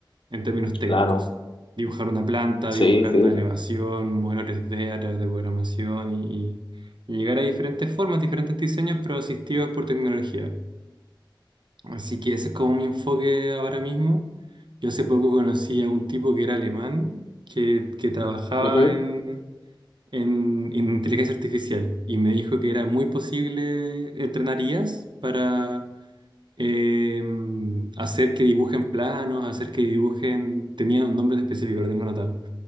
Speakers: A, on the right; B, on the left.
A: en términos técnicos.
B: Claro,
A: Dibujar una planta,
B: sí,
A: dibujar
B: sí.
A: una elevación, modelo tres d a través de programación y, y- y llegar a diferentes formas, diferentes diseños, pero asistidos por tecnología. Así que ese es como mi enfoque ahora mismo. Yo hace poco conocí a un tipo que era alemán, que, que trabajaba
B: Ujú.
A: en, en, en inteligencia artificial y me dijo que era muy posible entrenar IAs para eh, hacer que dibujen planos, hacer que dibujen, tenían un nombre en específico, lo tengo anotado,